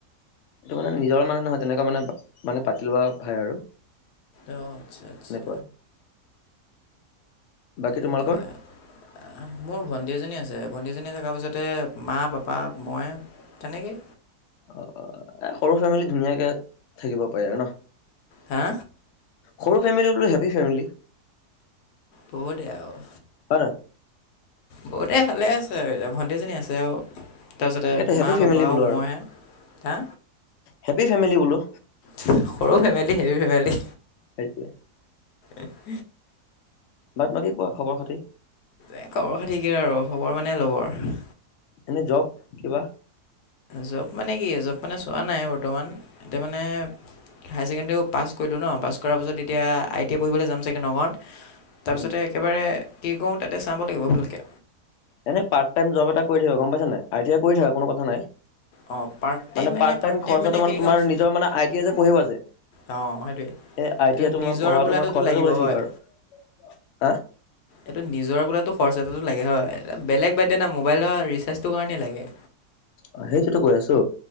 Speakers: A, on the left (about 60°); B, on the left (about 80°).
A: এইটো মানে নিজৰ মানে নহয় তেনেকুৱা মানে মানে পাতি লোৱা ভাই আৰু।
B: অ', আচ্ছা আচ্ছা।
A: তেনেকুৱা। বাকী তোমালোকৰ
B: এতিয়া মোৰ ভণ্টী এজনী আছে ভণ্টিজনী থকা পিছতে মা, পাপা, মই তেনেকেই।
A: অ', এ সৰু ফেমিলি ধুনীয়াকে থাকিব পাৰি আৰু ন।
B: হা।
A: সৰু ফেমিলি বোলে হেপী ফেমিলি।
B: প দে আৰু
A: হয়
B: বহুতে ভালে আছে ভণ্টি এজনী আছে আৰু তাৰপিছতে
A: তাকেতো হেপী
B: মা
A: ফেমিলি
B: পাপা আৰু
A: বোলো
B: মইহে হা
A: হেপী ফেমিলি বোলো।
B: সৰু ফেমিলি হেভি ফেমিলি।
A: <unintelligible>
B: এক <unintelligible>
A: বাক-বাকী কোৱা খবৰ খাতি।
B: এ, খবৰ খাতি কি আৰু খবৰ মানে ল'ব আৰু
A: এনে জব, কিবা?
B: জব মানে কি জব মানে চোৱা নাই বৰ্তমান এতিয়া মানে হায়াৰ ছেকেণ্ডেৰীও পাছ কৰিলোঁ ন পাছ কৰাৰ পাছত এতিয়া আই টি আই পঢ়িবলৈ যাম চাগৈ নগাঁৱত তাৰপিছতে
A: উম
B: একেবাৰে কি কৰোঁ তাতে চাব লাগিব ভালকে।
A: এনে পাৰ্টাইম জব এটা কৰি থাককা গম পাইছ নাই, আৰ টি কৰি থাককা কোনো কথা নাই।
B: অঁ পাৰ্ট টাইম
A: মানে পাৰট
B: পাৰ্ট
A: টাইম খৰচাটো মানে
B: কি
A: তোমাৰ
B: ক'ম
A: নিজৰ মানে আই টিই যে পঢ়িবা যে
B: অঁ সেইটোৱে
A: এ আই
B: এইটো
A: টি
B: নিজৰ
A: মই পঢ়া
B: বোলাটোতো
A: মই খৰচাটো
B: লাগিব
A: ক থাকম
B: হয়
A: বাৰু হ
B: এইটো নিজৰ বোলো খৰচ এটাটো লাগে হয় বেলেগ বাদ দিয়া না মোবাইলৰ ৰিচাৰ্জটোৰ কাৰণেই লাগে।
A: অ', সেইটোতো কৈ আছো